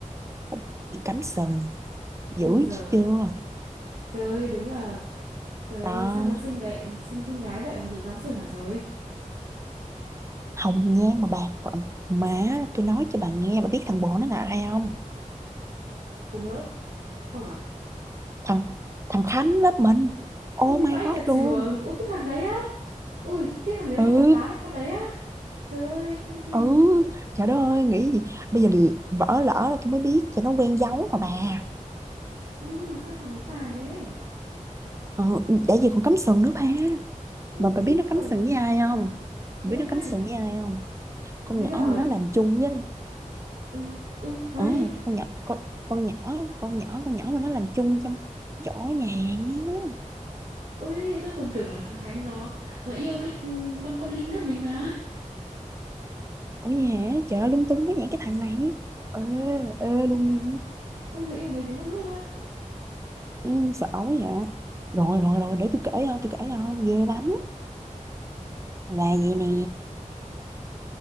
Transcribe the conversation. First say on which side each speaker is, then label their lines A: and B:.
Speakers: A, on the right; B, on the right.
A: Nó bị cắm sừng
B: ôi
A: dữ
B: giời
A: chưa?
B: trời ơi, đúng là trời
A: Đó,
B: ơi sao mà xinh vậy xinh xinh gái vậy mà bị cắm sừng à trời
A: hồng nhan mà bạc phận. Má, tôi nói cho bà nghe, bà biết thằng bồ nó là ai không?
B: cùng lớp không à
A: thằng thằng Khánh lớp mình
B: ui
A: oh my
B: vãi
A: god
B: cả trường
A: luôn
B: ui cái thằng đấy á ui cái thằng đấy
A: ừ
B: mà còn tán lại con đấy á trời ơi không tin
A: ừ
B: nổi luôn
A: trời đất ơi nghĩ gì bây giờ lừa- vỡ lỡ là tôi mới biết cho nó quen giấu mà bà
B: ui nhưng mà sao thằng ấy tài thế
A: ừ, đã gì còn cắm sừng nữa ba mà
B: ui
A: bà
B: kinh
A: biết nó
B: khủng
A: cắm sừng với ai không Bà
B: với
A: biết
B: ai
A: nó cắm sừng với ai không con
B: đừng
A: nhỏ
B: có bảo
A: mà
B: là-
A: nó làm chung với
B: ừ ừ nói
A: ừ,
B: đi
A: con nhỏ con, con nhỏ con nhỏ con nhỏ mà nó làm chung trong chỗ nhà á.
B: Ui, tôi còn tưởng là thằng Khánh nó nó yêu cái ừ, con con Linh lớp mình mà.
A: ủa nhà trời ơi, lung tung quá vậy cái thằng này ê ê luôn nha
B: Ui, nó yêu mấy đứa một lúc á.
A: Ừ, sợ quá vậy rồi rồi rồi để tôi kể cho tôi kể cho ghê lắm là vậy nè